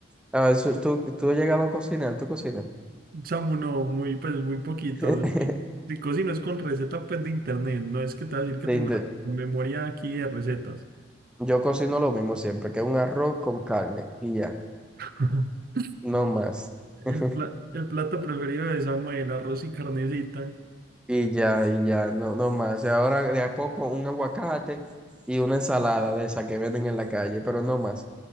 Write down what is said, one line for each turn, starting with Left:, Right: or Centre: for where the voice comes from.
Centre: Ah, eso- ¿tú, tú has llegado a cocinar? ¿Tú cocinas?
Right: Samu, no, muy, pues muy poquito.
Centre: <laughs>
Right: Sí. Si cocino es con recetas pues, de internet, no es que te voy a decir que
Centre: De
Right: tengo
Centre: inte-
Right: la memoria aquí de recetas.
Centre: Yo cocino lo mismo siempre, que un arroz con carne y ya,
Right: <laughs>
Centre: no más. <laughs>
Right: El, pla- el plato preferido de Samu, el arroz y carnecita.
Centre: Y ya, y ya, no, no más. Ahora de a poco un aguacate y una ensalada de esa que venden en la calle, pero no más.